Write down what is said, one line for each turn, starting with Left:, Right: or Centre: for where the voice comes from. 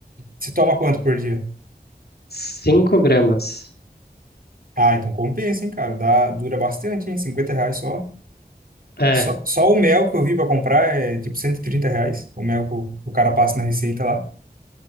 Right: Você toma quanto por dia?
Left: 5 gramas.
Right: Ah, então compensa, hein, cara? Dá, dura bastante, hein? 50 reais só.
Left: É,
Right: Só, só o mel que eu vi pra comprar é tipo 130 reais. O mel que o, o cara passa na receita lá.